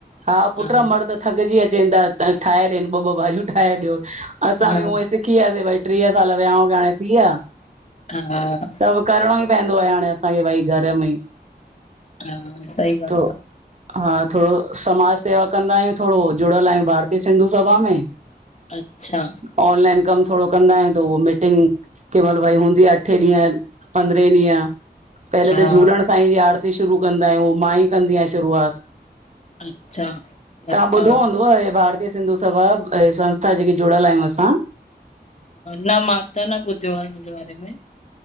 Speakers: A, on the right (about 40°); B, on the left (about 40°).
A: हा पुट
B: आ।
A: मर्द थकजी अचेन त था ठाहे ॾियीन ॿ -ॿ भाॼियूं ठाहे ॾियो, असां
B: हा
A: बि
B: हा
A: उई सिक किया से भाई, ट्रीह साल विहांऊ खे हाणे थिया।
B: हा
A: सभ करिणो ई पवंदो आ, हाणे असांखे भई घरु में
B: हा, सही ॻाल्हि
A: तो
B: आ।
A: हा, थोरो समाज सेवा कंदा आहियूं, थोरो जुड़ियल आहियूं, भारतीय सिंधु सभा में
B: अच्छा
A: ऑनलाइन कम थोरो कंदा हिनि, तो वो मीटिंग के महिल भई हूंदी आ, अठे ॾींहु, पंद्रहें ॾींहु पहले
B: हा
A: त झूलण सांईं जी आरती शुरू कंदा आहियूं, मां ई कंदी आ शुरूआत
B: अच्छा लता
A: तां ॿुधो हूंदोव हे, भारती सिंधु सभा, ऐं संस्था जेके जुड़ियल आहियूं असां
B: न मां त न ॿुधियो, आ हिनजे बारे में